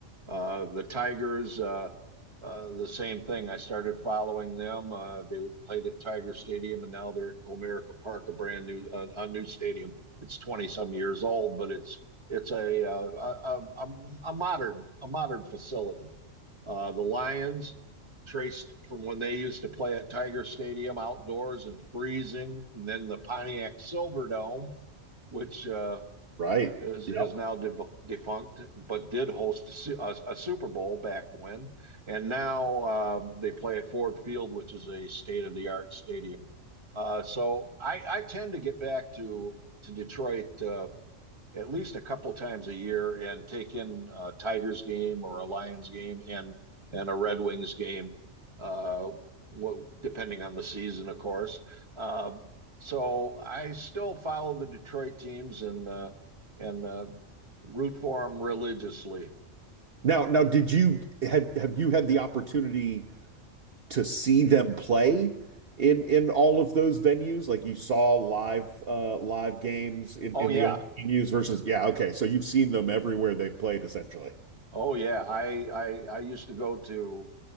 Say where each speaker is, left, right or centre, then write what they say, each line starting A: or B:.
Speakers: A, on the right; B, on the right.
A: Uh, the Tigers, uh, uh, the same thing. I started following them. Uh, they played at Tiger Stadium, and now they're at Comerica Park, a brand new uh, a new stadium. It's twenty some years old, but it's it's a uh, a, a, a- modern a modern facility. Uh, the Lions traced from when they used to play at Tiger Stadium outdoors and freezing, and then the Pontiac Silverdome, which uh,
B: Right.
A: is
B: Yep.
A: is now defunct, but did host a, a, a Super Bowl back when, and now um, they play at Ford Field, which is a state of the art stadium. Uh, so I, I tend to get back to to Detroit uh, at least a couple times a year and take in a Tigers game or a Lions game and and a Red Wings game, uh, well, depending on the season, of course. Uh, so I still follow the Detroit teams and uh, and uh, root for them religiously.
B: Now, now, did you had have you had the opportunity to see them play in in all of those venues? Like you saw live uh live games in
A: Oh
B: in
A: yeah,
B: the old venues versus yeah, okay. So you've seen them everywhere they've played essentially.
A: oh yeah. I I, I used to go to